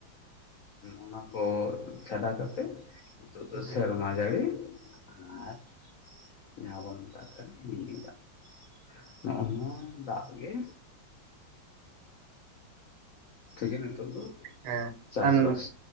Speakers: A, on the left (about 70°); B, on the right (about 85°).
A: ᱚᱱᱟ ᱠᱚ ᱪᱷᱟᱰᱟ ᱠᱟᱛᱮᱜ ᱱᱤᱛᱚᱜ ᱫᱚ
B: ᱦᱩᱸ
A: ᱥᱮᱨᱢᱟ ᱡᱟᱹᱲᱤ ᱟᱨ ᱡᱟᱦᱟ ᱵᱚᱱ ᱢᱮᱛᱟᱜ ᱠᱟᱱ ᱢᱤᱱᱤ ᱫᱟᱜ ᱾ ᱱᱚᱜ ᱱᱚᱣᱟ ᱫᱟᱜ ᱜᱮ ᱛᱮᱜᱮ ᱱᱤᱛᱚᱜ ᱫᱚ
B: ᱦᱮᱸ
A: ᱪᱟᱥᱵᱟᱥ
B: ᱟᱨ